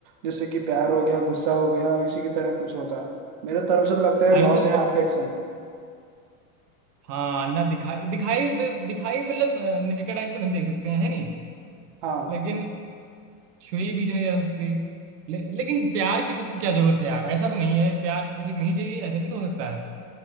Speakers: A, on the right; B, on the right.
A: जैसे कि प्यार हो गया गुस्सा हो गया इसी की तरह कुछ होगा मेरे तरफ से तो लगता है
B: अरे
A: लव
B: तो उसको
A: या अफेक्शन
B: हाँ ना दिखाई दिखाई दिखाई मतलब नेकेड आइज तो नहीं देख सकते हैं है नहीं
A: हाँ
B: लेकिन छुई भी नहीं जा सकती ले, लेकिन प्यार की सबको क्या जरूरत है यार ऐसा तो नहीं है प्यार किसी को नहीं चाहिए ऐसा भी तो हो सकता है